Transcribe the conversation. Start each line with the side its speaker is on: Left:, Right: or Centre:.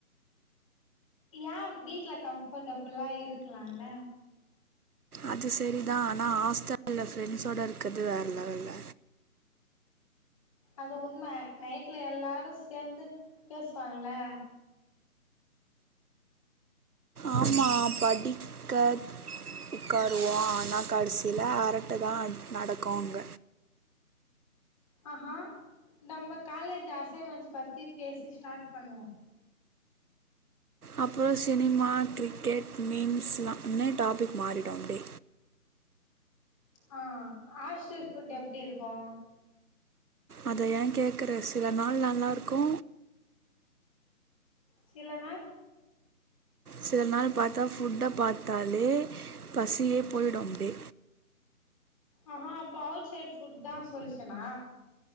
Left: ஏன் வீட்ல கம்ஃபர்டபில்லா இருக்கலால
Right: அது செரிதா ஆனா ஹாஸ்டல்ல ஃப்ரெண்ட்ஸோட இருக்கது வேற லெவல்ல
Left: அது உண்ம நைட்ல எல்லாரு சேந்து பேசுவாங்கல்ல
Right: ஆமா படிக்க உக்கருவோ ஆனா கடசியில அரட்டதா அட் நடக்கு அங்க
Left: ஆஹ நம்ம காலேஜ் அசைன்மென்ட்ஸ் பத்தி பேசி ஸ்டார்ட் பண்ணுவோ
Right: அப்றோ சினிமா கிரிக்கெட் மீம்ஸ்லாம்னு டாபிக் மாறிடும் அப்டே
Left: ஆ, ஹாஸ்டல் ஃபுட் எப்டி இருக்கு?
Right: அத ஏன் கேக்குற சில நாள் நல்லாருக்கு
Left: சில நாள்
Right: சில நாள் பாத்தா ஃபுட்ட பாத்தாலே பசியே போய்டு அப்டே
Left: ஆஹ அப்போ அவுட் சைட் ஃபுட் தா சொல்யூஷன்னா